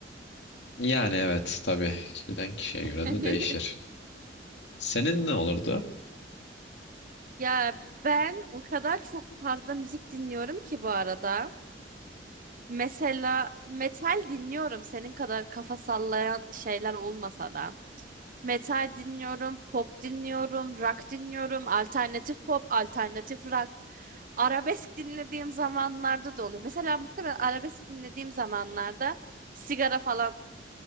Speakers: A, on the left (about 70°); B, on the right (about 50°).
A: yani evet tabii kişiden kişiye
B: <laughs>
A: göre de değişir. Senin ne olurdu?
B: Ya ben o kadar çok fazla müzik dinliyorum ki bu arada. Mesela metal dinliyorum senin kadar kafa sallayan şeyler olmasa da. Metal dinliyorum, pop dinliyorum, rock dinliyorum, alternatif pop, alternatif rock. Arabesk dinlediğim zamanlarda da oluyor. Mesela muhtemelen arabesk dinlediğim zamanlarda sigara falan